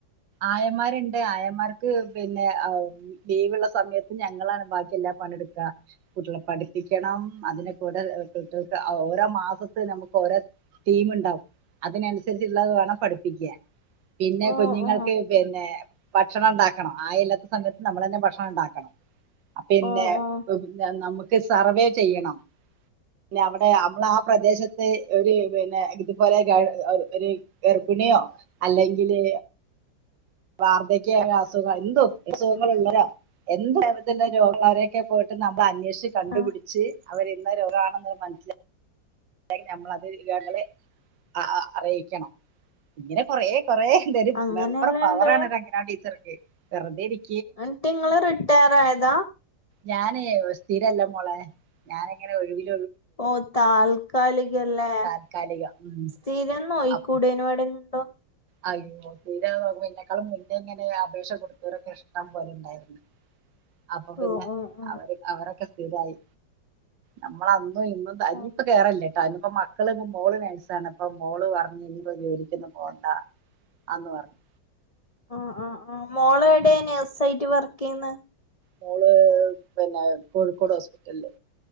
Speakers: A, on the right (about 75°); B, on the left (about 45°).
A: ആയമാരുണ്ട് ആയന്മാർക്ക് പിന്നെ അ അം ലീവള്ള സമയ ഞങ്ങളാണ് ബാക്കിയെല്ലാ പണിട്ക്ക കുട്ടികളെ പഠിപ്പിക്കണം അതിനെ കൂടെ കുട്ടികൾക്ക് ഔ ഓരോ മാസത്ത് നമുക്ക് ഓരോ തീം ഉണ്ടാവും അതിനനുസരിച്ചള്ളത് വേണം പഠിപ്പിക്കാൻ പിന്നെ
B: ഓ
A: കുഞ്ഞുങ്ങൾക്ക്
B: ഓ
A: പിന്നെ ഭക്ഷണം ഉണ്ടാ ക്കണം ആ ഇല്ലാത്ത സമയത്ത് നമ്മൾ തന്നെ ഭക്ഷണം ഉണ്ടാക്കണം അ പിന്നെ
B: ഓ ഓ
A: നമുക്ക് സർവേ ചെയ്യണം പിന്നെ അവിടെ അമ്മള ആ പ്രദേശത്ത് ഒരു പിന്നെ ഇതുപോലെ ഗ എ ഒരു ഗർഭിണിയോ അല്ലെങ്കില് വാർധക്കായസുഖ എന്തു അസുഖങ്ങള്ളരോ എന്ത് അർജന്റ് രോഗങ്ങളരെയൊക്കെ പോയിട്ട് നമ്മൾ അന്വേഷിച്ച് കണ്ടുപിടിച്ച്
B: ആ
A: അവർ ഇന്ന രോഗമാണെന്ന് മനസ്സിലാക്ക നമ്മളത് ങ്ങളെ അഅ അറിയിക്കണം ഇങ്ങനെ കൊറേ കൊറേ എന്തര
B: അങ്ങനെല്ലാം
A: മെമ്പറെ പവറാണ്
B: ഇണ്ട്
A: ഒരു അങ്ങന ടീച്ചർക്ക് വെറുതെ ഇരിക്ക
B: എന്നട്ട് നിങ്ങള് റിട്ടയർ ആയതാ
A: ഞാനേ സ്ഥിരല്ല മോളെ ഞാനിങ്ങനെ ഒഴിവിൽ
B: ഓ താൽക്കാലിക കല്ലേ
A: താൽക്കാലികം ഉം
B: സ്ഥിരം നോയിക്കൂടേന
A: അപ്
B: വടെണ്ടോ
A: അയ്യോ തീര എന്നെക്കാളും മുന്നേഇങ്ങനെ അപേക്ഷ കൊടുത്തവരൊക്കെ ഇഷ്ടം പോലണ്ടായിരുന്നു അപ്പൊ പിന്നെ
B: ഓ ഓ ഓ
A: അവര് അവരൊക്കെ സ്ഥിരായി നമ്മള ഇന്നും തനിപ്പ്
B: ഓ
A: കേയറല്ലേ അനിപ്പ മക്കൾ മോള് നേഴ്സാണിപ്പ മോള് പറഞ്ഞ് ഇനിപ്പോ ജോലിക്കൊന്നും പോണ്ട ആന്ന് പറഞ്ഞ്
B: ആ ആ ആഹ് മോള എടെ നെഴ്സായിട്ട് വർക്ക് ചെയ്യുന്ന
A: മോള് ഇ പിന്നെ കോഴിക്കോട് ഹോസ്പിറ്റല്